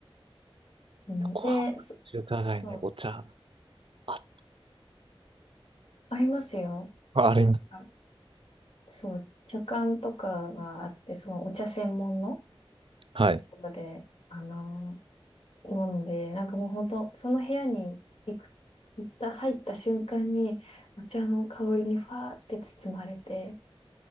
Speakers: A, on the left; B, on the right.
A: うんで、
B: 横浜中華街にお茶、
A: そ、そう、
B: あ、
A: ありますよ。
B: あります。
A: あ、そう、茶館とかがあって、そのお茶専門の
B: はい。
A: ところで、あのなんで、なんかもう本当、その部屋に行く、行った、入った瞬間に、お茶の香りにファーって包まれて、